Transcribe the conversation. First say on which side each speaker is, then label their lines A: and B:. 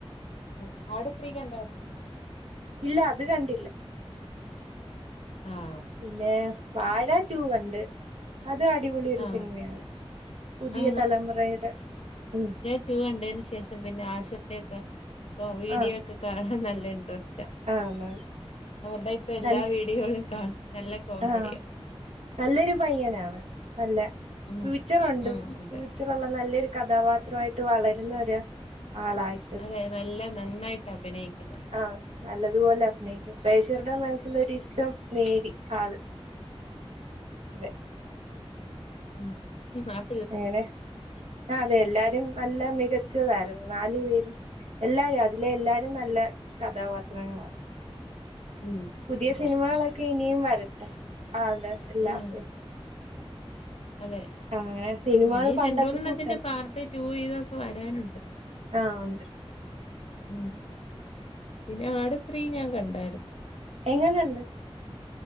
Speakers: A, on the left (about 75°); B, on the right (about 80°).
A: മ് ആട് ത്രീ കണ്ടാ?
B: ഇല്ല അത് കണ്ടില്ല.
A: ആഹ്
B: പിന്നെ വാഴ ടൂ കണ്ട്. അതും അടിപൊളി ഒര്
A: ആ
B: സിനിമയാണ് പുതിയ
A: ആ
B: തലമുറയുടെ മ്
A: റ്റു കണ്ടേന് ശേഷം പിന്നെ ആഷിർന്റെക്കെ വീഡിയോക്കെ
B: ആഹ്
A: കാണാൻ നല്ല ഇന്റ്റെസ്‌റ്റാ.
B: ആഹ് ന
A: അവര്ടെ ഇപ്പൊ എല്ലാ
B: നല്ല-
A: വീഡിയോകളും കാണും നല്ല കോമഡിയാ.
B: ആഹ് നല്ലൊരു പയ്യനാണ് നല്ല
A: ഉം
B: ഫ്യൂച്ചറൊണ്ട്
A: ഉം അതെ
B: ഫ്യൂ ച്ചറൊള്ള നല്ലൊരു കഥാപാത്രം ആയിട്ട് വളരുന്ന ഒരു ആളായി
A: അതെ നല്ല നന്നായിട്ട് അഭിനയിക്കുന്നു
B: ആഹ് നല്ലതുപോലെ അഭിനയിക്കും പ്രേഷകരുടെ മനസ്സിലൊരിഷ്ടം നേടി ആള് അതെ
A: ഉം അ
B: എങ്ങനെ ആഹ് അതെ എല്ലാരും നല്ല മികച്ചതായിരുന്നു നാലു പേരും. എല്ലാരും അതിലെ എല്ലാരും നല്ല കഥാപാത്രങ്ങളാ.
A: ഉം
B: പുതിയ
A: അതെ
B: സിനിമകളൊക്കെ ഇനിയും വരട്ടെ ആൾടെ എല്ലാർഡേം.
A: ഉം അതെ.
B: അങ്ങനെ സിനിമകൾ
A: ഇനി
B: പണ്ടത്തെ
A: രണ്ട് മൂന്നെണ്ണത്തിന്റെ
B: കൂട്ടല്ല
A: പാർട്ട് ടു ഇതൊക്കെ വരാനുണ്ട്.
B: ആഹ് ഒണ്ട്.
A: ഇം പിന്നെ ആട്ത്രീ ഞാൻ കണ്ടാര്-
B: എങ്ങനണ്ട്